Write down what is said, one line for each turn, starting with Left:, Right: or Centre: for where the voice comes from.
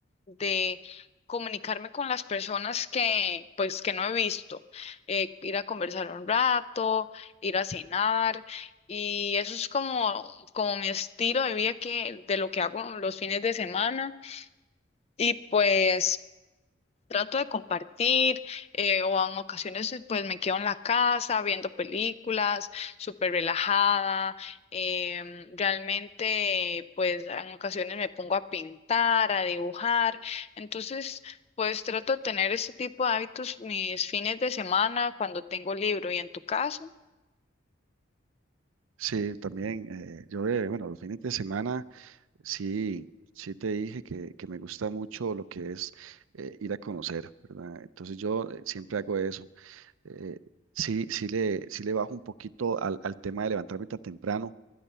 Left: de comunicarme con las personas que pues que no he visto, eh, ir a conversar un rato, ir a cenar y eso es como como mi estilo de vida que de lo que hago los fines de semana y pues trato de compartir eh, o en ocasiones eh, pues me quedo en la casa viendo películas, súper relajada. em, realmente pues en ocasiones me pongo a pintar, a dibujar. Entonces pues trato de tener ese tipo de hábitos mis fines de semana cuando tengo libro. ¿Y en tu caso?
Right: Sí, también. eh, yo, eh, bueno, los fines de semana, sí, sí te dije que, que me gusta mucho lo que es eh, ir a conocer, ¿verdad? Entonces yo eh, siempre hago eso. Eh, sí, sí le, sí le bajo un poquito al, al tema de levantarme tan temprano